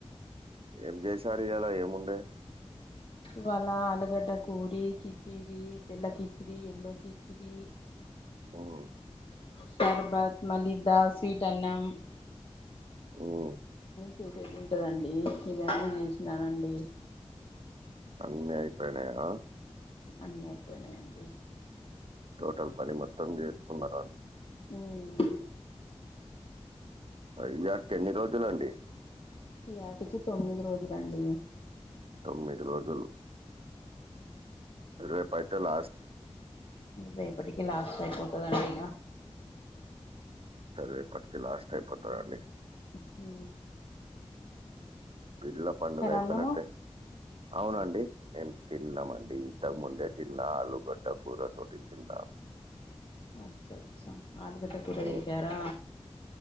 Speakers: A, on the right (about 55°); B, on the left (about 50°).
A: ఏం చేసారు ఈయలా ఏముండాయి.
B: ఇవాళ ఆలుగడ్డ కూర, కిచిడి తెల్ల కిచిడి ఎల్లో కిచిడి
A: మ్
B: షర్బత్ మళ్ళీ స్వీట్ అన్నం.
A: ఉమ్
B: చేసేదింటదండి ఇవన్నీ చేసినాను అండి
A: అన్నీ అయి పోయినాయా?
B: అన్నీ అయిపోయినాయండి.
A: టోటల్ పని మొత్తం చేస్తున్నర
B: ఉమ్
A: ఇయటికి ఎన్ని రోజులండి
B: ఈ ఆటికి తొమ్మిది రోజులండి
A: తొమ్మిది రోజులు రేపైతే అయితే ల
B: రేపటికి లాస్ట్ అయిపోతదండి ఇక
A: సరే ఇప్పటికి లాస్ట్ అయిపోతాడండి
B: అ
A: పీర్ల పండుగ అయిపోయినకే
B: అన్నము
A: అవునండి నేం తిన్నామండి ఇంతక ముందే తిన్నా ఆలుగడ్డ కూర తోటి తిన్నా
B: అచ్చ అచ్చా ఆలుగడ్డ కూర
A: హ్మ్.
B: చేసారా